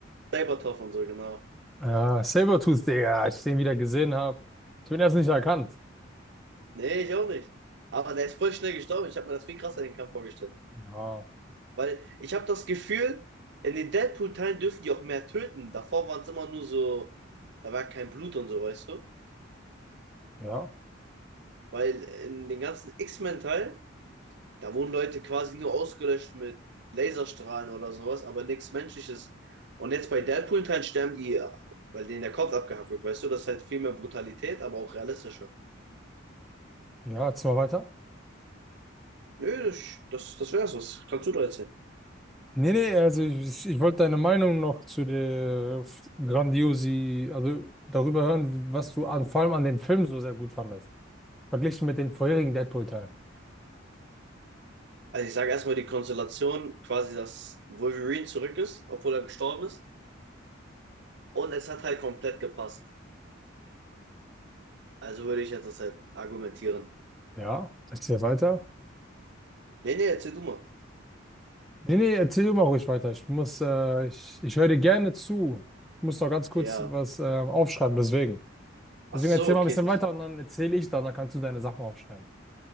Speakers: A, on the right; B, in the centre.
A: Sabertopf <laughs> und so, genau.
B: Ja, Sabertooth, Digga, als ich den wieder gesehen habe, ich bin erst nicht erkannt.
A: Nee, ich auch nicht. Aber der ist voll schnell gestorben. Ich habe mir das viel krasser den Kampf vorgestellt.
B: Ja.
A: Weil ich habe das Gefühl, in den Deadpool-Teilen dürfen die auch mehr töten. Davor waren es immer nur so, da war kein Blut und so, weißt du?
B: Ja,
A: Weil in den ganzen X-Men-Teilen Da wurden Leute quasi nur ausgelöscht mit Laserstrahlen oder sowas, aber nichts Menschliches. Und jetzt bei Deadpool-Teilen sterben die, weil denen der Kopf abgehackt wird, weißt du? Das ist halt viel mehr Brutalität, aber auch realistischer.
B: ja, jetzt mal weiter.
A: Nö, das, das, das wär's, was kannst du da erzählen?
B: Nee, nee, also ich, ich wollte deine Meinung noch zu der F- Grandiosi, also darüber hören, was du an, vor allem an dem Film so sehr gut fandest. Verglichen mit den vorherigen Deadpool-Teilen.
A: Also ich sage erstmal die Konstellation, quasi, dass Wolverine zurück ist, obwohl er gestorben ist. Und es hat halt komplett gepasst. Also würde ich jetzt das halt argumentieren.
B: Ja, erzähl weiter.
A: Nee, nee, erzähl du mal.
B: Nee, nee, erzähl du mal ruhig weiter. Ich muss, äh, ich, ich höre dir gerne zu. Ich muss noch ganz kurz
A: Ja.
B: was äh, aufschreiben, deswegen.
A: Ach
B: Deswegen
A: so,
B: erzähl mal
A: okay,
B: ein bisschen
A: das
B: weiter und dann erzähle ich dann, dann kannst du deine Sachen aufschreiben.